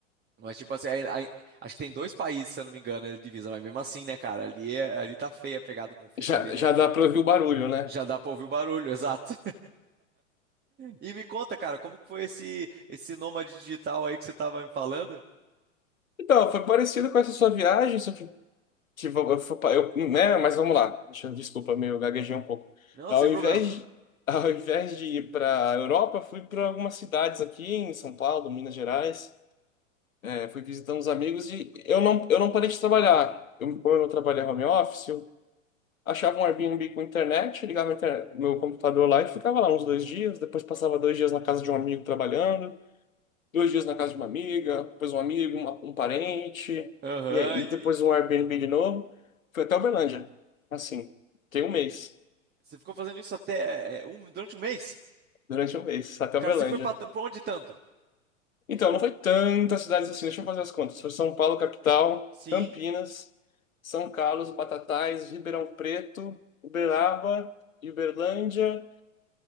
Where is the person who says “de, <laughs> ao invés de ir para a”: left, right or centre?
Left